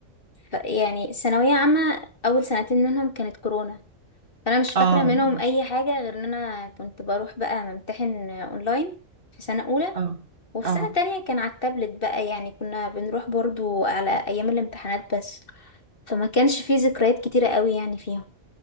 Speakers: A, on the left (about 45°); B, on the right (about 45°).
A: ف... يعني ثانوية عامة اول سنتين منهم كانت كورونا فانا مش فاكره
B: اه
A: منهم اي حاجه غير ان انا كنت بروح بقى ممتحن اونلاين في سنه اولى
B: اه
A: وفي
B: اه
A: سنه تانية كان على التابلت بقى يعني كنا بنروح برضو على ايام الامتحانات بس فما كانش فيه ذكريات كتيره قوي يعني فيهم